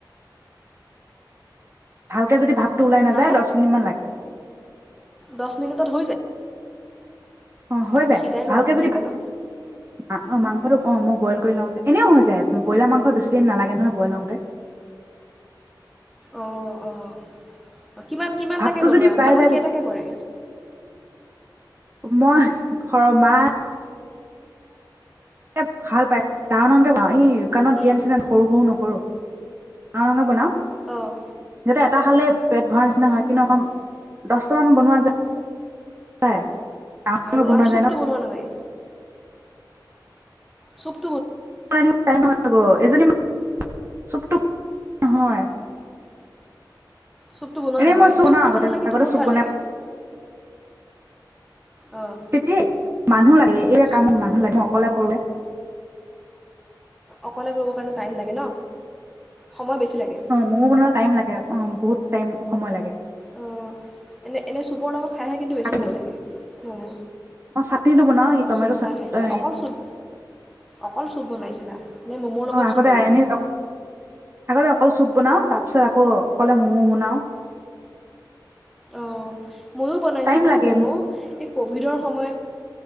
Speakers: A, on the right; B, in the centre.
A: ভালকে যদি ভাপ টো ওলাই নাযায়
B: হা হা
A: দহ মিনিট মান লাগে।
B: দহ মিনিটত হৈ যায়
A: অ, হৈ
B: তুমি
A: যায়।
B: সিজাই লোৱা
A: ভালকে
B: আগতীয়াকৈ
A: যদি ভা
B: ন
A: অ মাং মাংসটো অঁ মই বইল কৰি লওঁ। এনেও হৈ যায় ব্ৰইলাৰ মাংস বেছি দেৰি নালাগে নহয় বইল হওঁতে।
B: অঁ অঁ কিমান কিমানটাকৈ
A: ভাপটো
B: বনোৱা
A: যদি ওলাই
B: ভাগত
A: যায়
B: কেইটাকে পৰে?
A: মই শৰ্মাই এ ভাল পায় ডাঙৰ ডাঙৰকে বনাও এই দোকানত
B: উম,
A: দিয়া নিচিনা সৰু সৰু ন কৰো ডাঙৰ ডাঙৰ বনাও।
B: অ'
A: যাতে এটা খালেই পেট ভৰাৰ নিচিনা হয় কিন্তু অ দচটামান বনোৱা যায়। ডাঙৰকে
B: আৰু
A: বনোৱা
B: আৰু
A: যায়
B: চুপটো
A: ন
B: বনোৱা নে নাই চুপ
A: াইম লাগ এজনী চুপটো নহয়।
B: চুপটো বনোৱা
A: এনেই
B: নহয়
A: মই চুপ বনাও
B: চুপটো
A: আগতে
B: বনালে কিন্তু
A: আগতে
B: বহুত
A: চুপ
B: ভাল
A: বনাই
B: লাগে অঁ
A: তেতি মানুহ লাগে, এ এয়া
B: চু-
A: কামত মানুহ লাগে মই অকলে কৰে,
B: অকলে কৰিবৰ কাৰণে টাইম লাগে ন? সময় বেছি লাগে
A: অ' মমো বনাবলৈ টাইম লাগে। অ' বহুত টাইম সময় লাগে।
B: অঁ এনে এনে চুপৰ লগত খাইহে কিন্তু বেছি
A: থাকিলো
B: ভাল লাগে মমো।
A: মই চাটনিটো বনাও এই
B: অঁ
A: টমেট'
B: চুপ বনাই
A: চাট
B: খাইছিলা
A: অ
B: অকল চুপ অকল চুপ বনাইছিলা? নে মমো লগত
A: অ আগতে
B: চুপ বনাইছিলা?
A: এনে আগতে অকল চুপ বনাও, তাৰ পিছত আকৌ অকলে মমো বনাও।
B: অ'। ময়ো বনাইছিলোঁ
A: টাইম লাগে
B: ম'ম' এই ক'ভিডৰ সময়ত,